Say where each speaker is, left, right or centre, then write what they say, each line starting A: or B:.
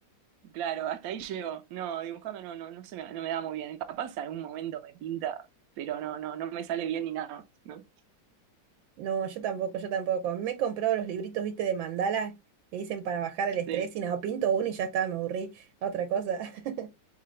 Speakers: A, on the right; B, on the right.
A: claro, hasta ahí llego. No, dibujando no, no, no se me, no me da muy bien. Capaz algún momento me pinta, pero no, no, no me sale bien ni nada, ¿no?
B: No, yo tampoco, yo tampoco. Me he comprado los libritos, viste, de mandala que dicen para bajar el estrés
A: Sí,
B: y nada, pinto uno y ya está, me aburrí. Otra cosa. <laughs>